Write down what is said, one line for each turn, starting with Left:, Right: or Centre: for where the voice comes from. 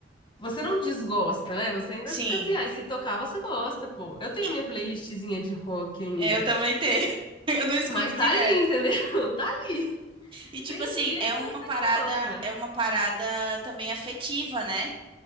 Left: você não desgosta, né? Você ainda
Right: Sim,
Left: fica assim, ah, se tocar você gosta, pô. Eu tenho
Right: e-
Left: a minha playlistzinha de rock ainda,
Right: é, eu também tenho. <laughs> Eu não escuto
Left: mas tá
Right: direto.
Left: ali, entendeu? <laughs> Tá ali.
Right: E tipo
Left: Tem
Right: assim,
Left: dia
Right: é
Left: que
Right: uma
Left: eu até
Right: parada,
Left: coloco, mas
Right: é uma parada também afetiva, né?